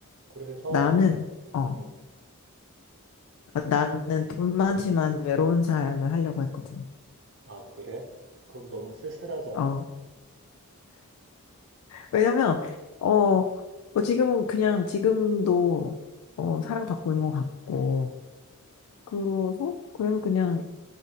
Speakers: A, on the right; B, on the left.
A: 그래서
B: 나는
A: 나는,
B: 어,
A: 음,
B: 나는 돈 많지만 외로운 삶을 하려고 했거든.
A: 아, 그래? 그럼 너무 쓸쓸하잖아.
B: 어, 왜냐면, 어, 뭐 지금 그냥 지금도 어, 사랑받고 있는 것 같고, 그래서, 그래서 그냥